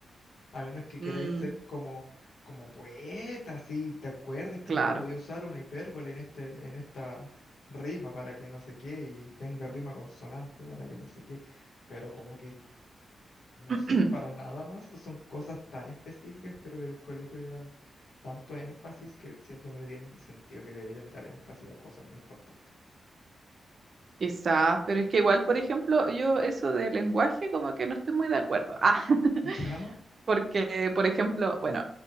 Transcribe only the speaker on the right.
mm,
claro.
<laughs>
<clears throat>
Quizás, pero es que igual, por ejemplo, yo eso de lenguaje como que no estoy muy de acuerdo. Ah, <laughs>
porque, por ejemplo, bueno,